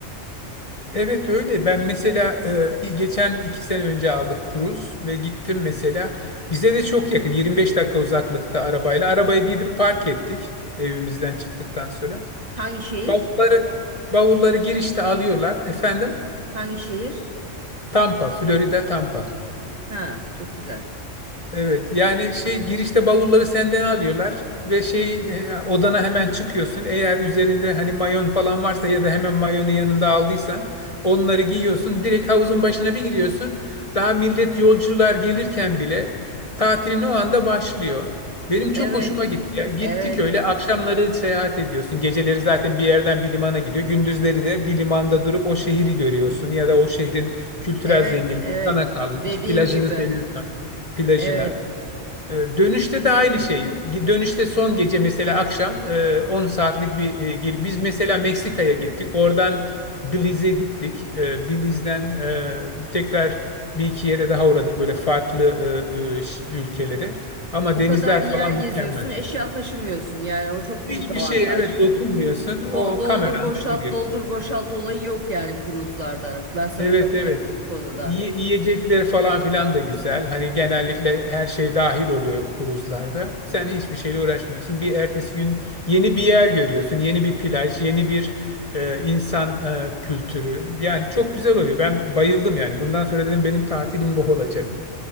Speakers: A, on the left; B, on the right.
A: Evet öyle. Ben mesela e, geçen iki sene önce aldık kruz ve gittim mesela. Bize de çok yakın 25 dakika uzaklıkta arabayla. Arabayı bir gidip park ettik evimizden çıktıktan sonra.
B: Hangi şehir?
A: Bavulları, bavulları girişte alıyorlar. Efendim
B: Hangi şehir?
A: Tampa, Florida Tampa.
B: Ha, çok güzel.
A: Evet yani şey girişte bavulları senden alıyorlar ve şey e, odana hemen çıkıyorsun. Eğer üzerinde hani mayon falan varsa ya da hemen mayonu yanında aldıysan onları giyiyorsun. Direkt havuzun başına bir giriyorsun. Daha millet yolcular gelirken bile tatilin o anda başlıyor. Benim çok
B: Evet.
A: hoşuma gitti ya. Gittik
B: Evet.
A: öyle akşamları seyahat ediyorsun. Geceleri zaten bir yerden bir limana gidiyor. Gündüzleri de bir limanda durup o şehri görüyorsun ya da o şehrin kültürel
B: Evet,
A: zenginliği
B: evet.
A: sana kalmış.
B: Dediğim
A: Plajını
B: gibi.
A: seviyorsan plajına.
B: Evet.
A: E, Dönüşte de aynı şey. Dönüşte son gece mesela akşam e, 10 saatlik bir e, gel- biz mesela Meksika'ya gittik. Oradan Belize'e gittik. E, Belize'den e, tekrar bir iki yere daha uğradık böyle farklı e, e, ş- ülkelere. Ama
B: O
A: denizler
B: kadar yer
A: falan
B: geziyorsun,
A: mükemmel.
B: eşya taşımıyorsun. Yani o çok
A: Hiçbir
B: büyük avantaj.
A: şey evet dokunmuyorsun. O
B: Do- doldur
A: kameranda
B: boşalt
A: duruyor.
B: doldur boşalt olayı yok yani kruzlarda. Ben sana
A: Evet
B: katılıyorum
A: evet.
B: bu konuda.
A: Yi- Yiyecekleri falan filan da güzel. Hani genellikle her şey dahil oluyor kruzlarda. Sen hiçbir şeyle uğraşmıyorsun. Bir ertesi gün yeni bir yer görüyorsun. Yeni bir plaj, yeni bir e, insan e, kültürü. Yani çok güzel oluyor. Ben bayıldım yani. Bundan sonra dedim benim tatilim bu olacak.